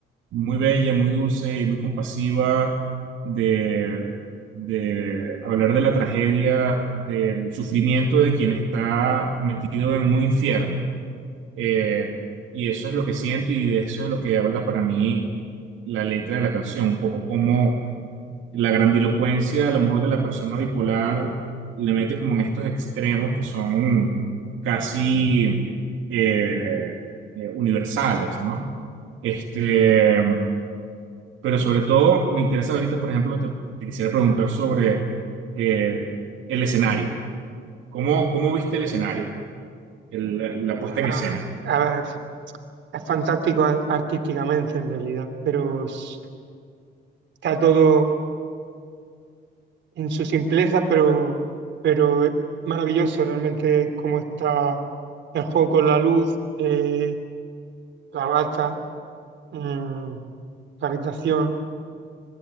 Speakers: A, on the right; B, on the right.
A: muy bella, muy dulce y muy compasiva de, de hablar de la tragedia, del sufrimiento de quien está metido en un infierno. Eh, y eso es lo que siento y de eso es lo que habla para mí la letra de la canción, un poco como la grandilocuencia a lo mejor de la persona bipolar le mete como en estos extremos que son casi eh, eh, universales, ¿no? Este, pero sobre todo me interesa ahorita, por ejemplo, te, te quisiera preguntar sobre eh, el escenario. ¿Cómo, cómo viste el escenario? El- la puesta
B: Ah,
A: en escena.
B: a ver, es es fantástico a- artísticamente en realidad, pero s- está todo en su simpleza, pero, pero es maravilloso realmente cómo está el juego con la luz, eh, la bata, mm, la habitación.